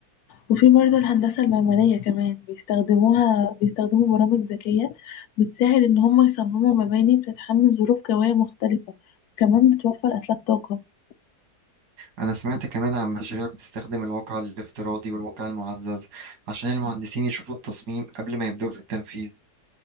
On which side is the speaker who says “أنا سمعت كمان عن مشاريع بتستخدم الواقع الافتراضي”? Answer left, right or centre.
Right